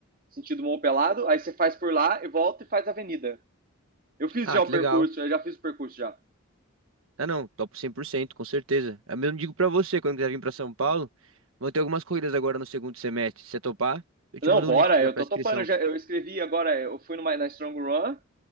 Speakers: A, on the right (about 40°); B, on the right (about 70°).
A: Sentido Morro Pelado. Aí você faz por lá e volta e faz a avenida. Eu fiz
B: ah,
A: já o
B: que
A: percurso,
B: legal.
A: eu já fiz o percurso já.
B: Ah, não, topo 100%, com certeza. Eu mesmo digo pra você, quando quiser vir pra São Paulo, vão ter algumas corridas agora no segundo semestre. Se você topar, eu
A: Não,
B: te mando
A: bora,
B: um link pra,
A: eu
B: pra
A: tô
B: inscrição.
A: topando já. Eu escrevi agora, eu fui numa, na Strong Run,